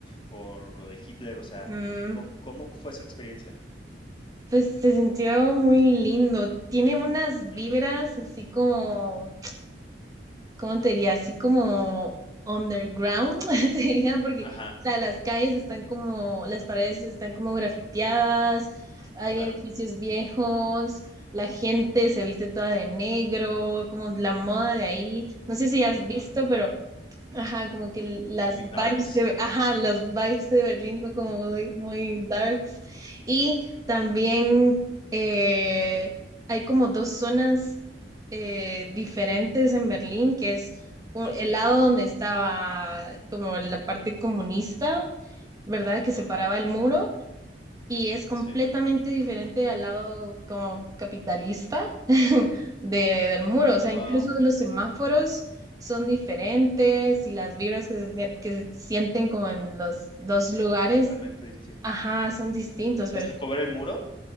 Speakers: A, on the left (about 30°); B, on the right (about 20°).
A: por lo de Hitler, o sea,
B: Ujú.
A: ¿cómo, cómo fue su experiencia?
B: Pues se sintió muy lindo. Tiene unas
A: Ujú.
B: vibras así como, ¿cómo te diría? Así como underground, <laughs> te diría, porque,
A: Ajá,
B: o sea, las calles están como, las paredes están como grafiteadas, hay
A: claro.
B: edificios viejos, la gente se viste toda de negro, como la moda de ahí. No sé si has
A: Ajá.
B: visto, pero Ajá, como que las
A: Muy
B: vibes
A: darks.
B: de, ajá, las vibes de Berlín son como muy, muy darks. Y también eh, hay como dos zonas eh, diferentes en Berlín, que es u-
A: Ajá,
B: el lado donde estaba como la parte comunista, ¿verdad? Que
A: ajá.
B: separaba el muro y es completamente
A: Sí.
B: diferente al lado como capitalista <laughs> de, del muro. O sea,
A: Wow.
B: incluso los semáforos son diferentes y las vibras que se, sie- que se sienten como en los dos lugares,
A: Totalmente distintos,
B: ajá,
A: sí.
B: son distintos, pero
A: ¿Les tocó ver el muro?